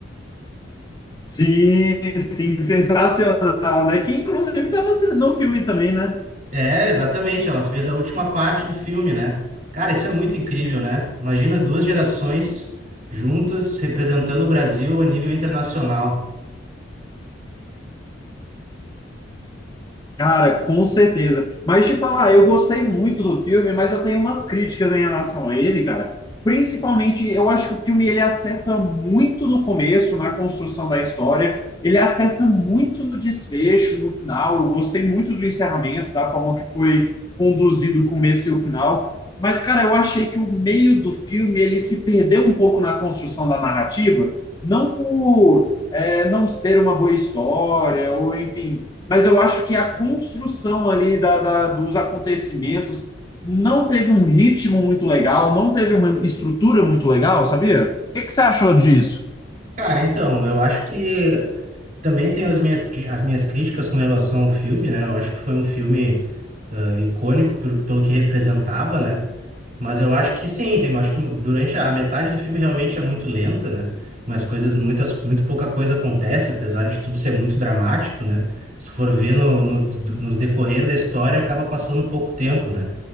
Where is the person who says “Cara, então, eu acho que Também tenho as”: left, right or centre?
Right